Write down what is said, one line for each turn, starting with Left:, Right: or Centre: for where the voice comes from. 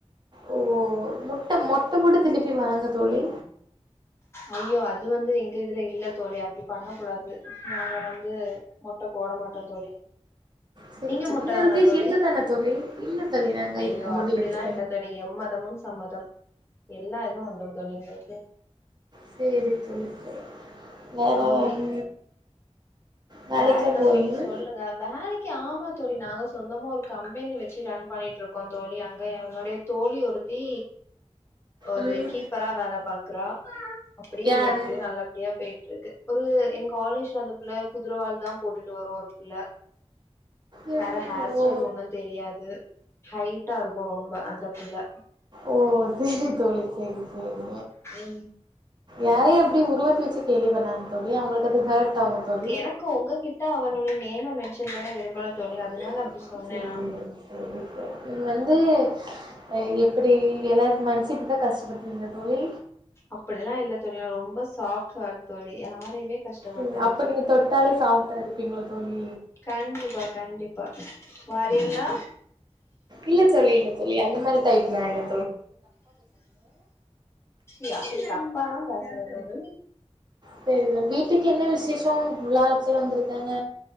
Right: ஓ முட்ட மொட்ட போட்டு திலுப்பி வளங்க தோழி
Left: ஐயோ அது வந்து எங்க இதுல இல்ல தோழி அப்டி பண்ண கூடாது நாங்க வந்து மொட்ட போட மாட்டோம் தோழி
Right: சேரி
Left: நீங்க
Right: தோழி
Left: மொட்ட
Right: அதுக்கு
Left: தானா தோழி
Right: ஹிந்து தான தோழி இல்ல தோழி நாங்க
Left: ஐயோ
Right: இருக்கு முடி
Left: அப்டிலா
Right: இருக்கு
Left: இல்ல தோழி எம்மதமும் சம்மதம் எல்லா இதுவு உண்டும் தோழி உங்களுக்கு
Right: செரி தோழி சரி வேற
Left: அவங்க வீ
Right: ம் வேலைக்குலா
Left: வேற என்ன
Right: போறீங்களா
Left: தோழி சொல்லுங்க வேலைக்கு ஆமா தோழி நாங்க சொந்தமா ஒரு கம்பெனி வச்சு ரன் பண்ணிட்டு இருக்கோம் தோழி அங்க என்னுடைய தோழி ஒருத்தி ஒரு
Right: ம்
Left: கீப்பரா வேல பாக்குறா அப்டி
Right: யாரு
Left: எப்டி நல்லபடியா பேய்ட் ட்ருக்கு ஒரு எங் காலேஜ்ல அந்த பிள்ள குதிரவால்தா போட்டுட்டு வரு ஒரு புள்ள
Right: யா
Left: வேற ஹேர் ஸ்டைல்
Right: ஓ
Left: ஒன்னு தெரியாது ஹைட்டா இருக்கு ரொம்ப அந்த புள்ள
Right: ஓ செரி தோழி செரி செரி
Left: ம்
Right: யாரையு அப்டி உருவத்த வச்சு கேலி பண்ணான்னு தோழி அவுங்களுக்கு அது ஹெர்ட் ஆகு தோழி
Left: எனக்கு ஒங்ககிட்ட அவனுடைய நேமை மென் ஷன் பண்ண விரும்பல
Right: <unintelligible>
Left: தோழி அதனால அப்டி சொன்னே நா
Right: வந்து ஆ எப்டி எல்லாரு மனசு இப்டிதா கஷ்டப்படுத்துவீங்கலா தோழி
Left: அப்டிலா இல்ல தோழி நா ரொம்ப சாப்ட் ஹாட் தோழி யாரையுமே கஷ்டப்படுத்த
Right: ம் அப்ப
Left: மாட்டே
Right: நீங்க தொட்டாலே சாஃப்ட்டா இருப்பீங்கலோ தோழி
Left: கண்டிப்பா கண்டிப்பா வாரீங்களா
Right: இல்ல தோழி இல்ல தோழி அந்த மாரி டைப் நானு
Left: ச்சீ அப்டி தப்பால்லா பேசல தோழி
Right: செரி சொ வீட்டுக்கு என்ன விசேஷோ இவளோ ஆட்கள்ல வந்திருக்காங்க